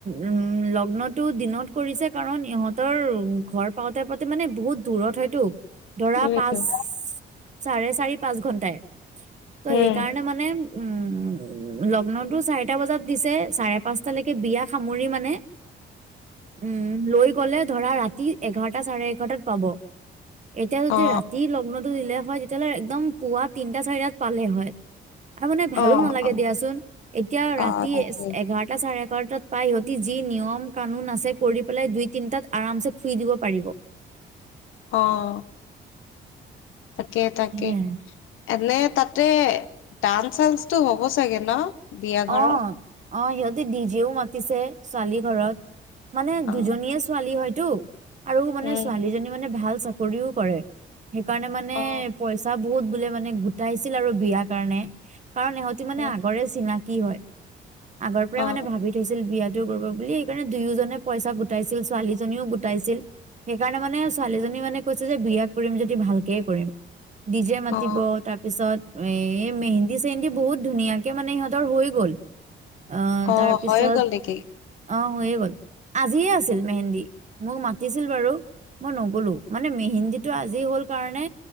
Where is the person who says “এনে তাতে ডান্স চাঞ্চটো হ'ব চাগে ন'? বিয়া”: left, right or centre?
Left